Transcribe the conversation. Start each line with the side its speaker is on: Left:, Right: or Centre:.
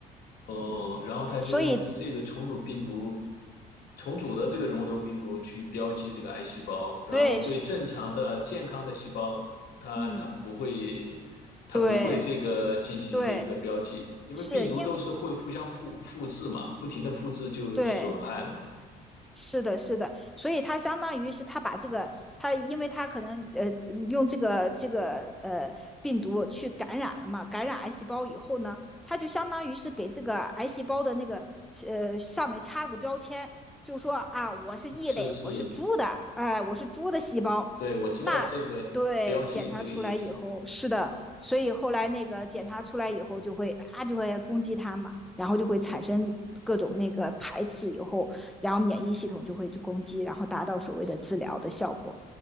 Left: 哦，然后他就用这个重组病毒，
Centre: 所以，
Left: 重组的这个溶瘤病毒去标记这个癌细胞，然后对正常的健康的细胞，
Centre: 对，
Left: 它它不会它不会这个进行这个标记，
Centre: 嗯，对，对，
Left: 因为病毒都是会互相复复制嘛，
Centre: 是因
Left: 不停的复制就损害了嘛。
Centre: 对。是的，是的，所以他相当于是他把这个他，因为他可能呃用这个这个呃病毒去感染了嘛，感染癌细胞以后呢，他就相当于是给这个癌细胞的那个呃上面插了个标签，就说啊我是异类，
Left: 是是，
Centre: 我是猪的，哎、呃我是猪的细胞。
Left: 对，我知道这个标记这个意思。
Centre: 那对检查出来以后，是的，所以后来那个检查出来以后就会啊就会攻击它嘛，然后就会产生各种那个排斥以后。然后免疫系统就会去攻击，然后达到所谓的治疗的效果。